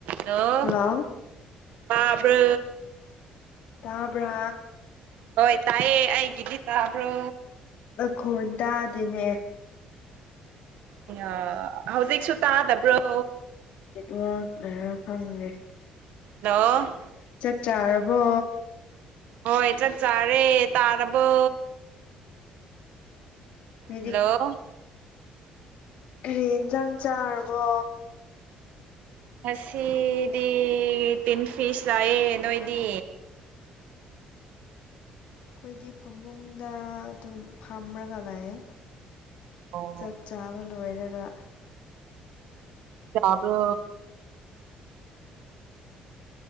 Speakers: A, on the right; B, on the left.
A: hello
B: hello
A: ꯇꯥꯥꯕ꯭ꯔꯣ
B: ꯇꯥꯕ꯭ꯔꯥ
A: ꯍꯣꯏ ꯇꯥꯏꯌꯦ ꯑꯩꯒꯤꯗꯤ ꯇꯥꯕ꯭ꯔꯣ
B: ꯅꯈꯣꯟ ꯇꯥꯗꯦꯅꯦ
A: ꯑꯌꯥ ꯍꯧꯖꯤꯛꯁꯨ ꯇꯥꯗꯕ꯭ꯔꯣ
B: ꯅꯦꯠꯋꯥꯛꯅꯔ ꯈꯪꯗꯦ
A: ꯍꯜꯂꯣ
B: ꯆꯛ ꯆꯥꯔꯕꯣ
A: ꯍꯣꯏ ꯆꯥꯛ ꯆꯥꯔꯦ ꯇꯥꯔꯕꯣ
B: ꯅꯣꯏꯗꯤ
A: ꯍꯜꯂꯣ
B: ꯀꯔꯤ ꯏꯟꯖꯥꯡ ꯆꯥꯔꯕꯣ
A: ꯉꯁꯤꯗꯤ ꯇꯤꯟ ꯐꯤꯁ ꯂꯥꯏꯌꯦ ꯅꯣꯏꯗꯤ
B: ꯑꯩꯈꯣꯏꯗꯤ ꯐꯃꯨꯡꯗ ꯑꯗꯨꯝ ꯐꯝꯔꯒ ꯂꯩꯌꯦ
A: ꯑꯣ
B: ꯆꯥꯛ ꯆꯥꯕ ꯂꯣꯏꯔꯒ
A: ꯆꯥꯕ꯭ꯔꯣ